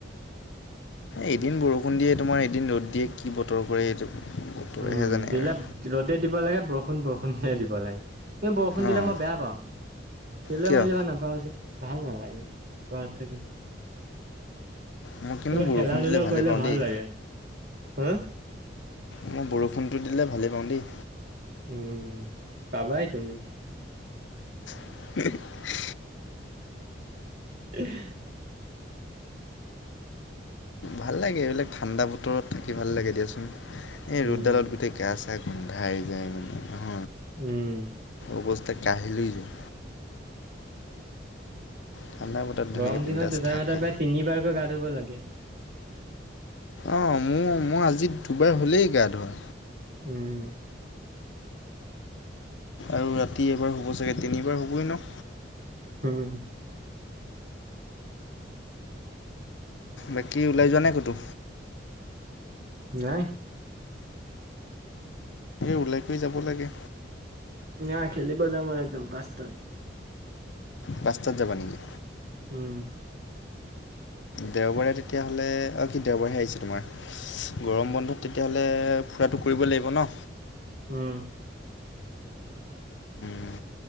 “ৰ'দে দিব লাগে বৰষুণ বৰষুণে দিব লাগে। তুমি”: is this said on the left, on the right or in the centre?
Right